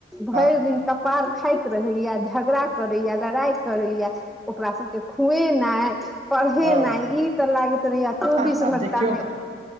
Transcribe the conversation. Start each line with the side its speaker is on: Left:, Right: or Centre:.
Centre: भरि
Right: हँ
Centre: दिन। कपार खाइत रहैये, झगड़ा करैये, लड़ाई करैये। ओकरा सबके खुएनाइ। पढ़ेनाइ,
Right: ओ
Centre: इ तऽ लागैत रहैये चौबीस
Right: आब आब
Centre: घंटा
Right: देखियौ
Centre: में।